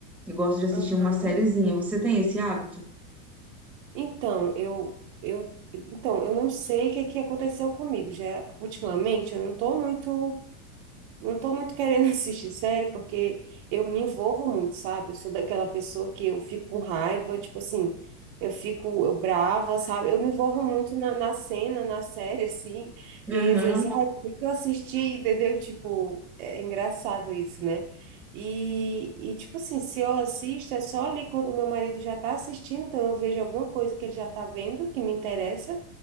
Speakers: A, in the centre; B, on the right (about 35°).
A: eu gosto de assistir
B: Aham.
A: uma sériezinha. Você tem esse hábito?
B: Então, eu eu então, eu não sei o que que aconteceu comigo. Já ultimamente eu não tô muito Não tô muito querendo <laughs> assistir série porque eu me envolvo muito, sabe? Eu sou daquela pessoa que eu fico com raiva, tipo assim, eu fico eu brava, sabe? Eu me envolvo muito na, na cena, na série, <laughs> assim. E
A: Aham.
B: aí, às vezes, ai, por que que eu assisti, entendeu? Tipo, é engraçado isso, né? E, e, tipo assim, se eu assisto, é só ali quando meu marido já tá assistindo, então eu vejo alguma coisa que ele já tá vendo que me interessa.